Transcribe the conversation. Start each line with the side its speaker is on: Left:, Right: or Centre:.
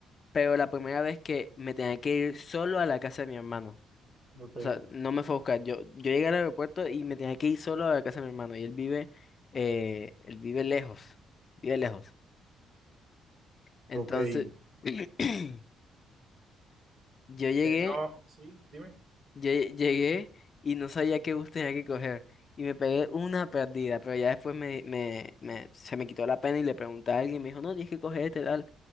Left: pero la primera vez que me tenía que ir solo a la casa de mi hermano.
Right: Ok,
Left: O sea, no me fue a buscar. Yo, yo llegué al aeropuerto y me tenía que ir solo a la casa de mi hermano. Y él vive, eh, él vive lejos. Vive lejos. Entonces,
Right: ok. Eh,
Left: <clears throat> yo llegué
Right: no, sí, dime.
Left: Lle- Llegué y no sabía qué bus tenía que coger. Y me pegué una perdida, pero ya después me, me, me- se me quitó la pena y le pregunté a alguien, me dijo, no, tienes que coger este tal.